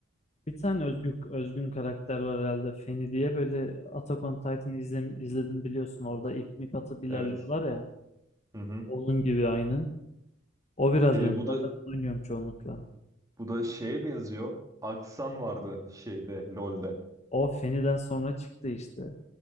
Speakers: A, on the left; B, on the right.
A: Bir tane özgün, özgün karakter var herhalde Feni diye böyle Attack on Titan'ı izlem- izledim biliyorsun orada ip mip atıp ilerliyorlar
B: Evet.
A: ya
B: Hı hı.
A: onun gibi aynı. O biraz
B: E,
A: benim
B: bu
A: zaten
B: da
A: oynuyorum çoğunlukla.
B: bu da şeye benziyor. Aksan vardı şeyde LoL'de.
A: O Feni'den sonra çıktı işte.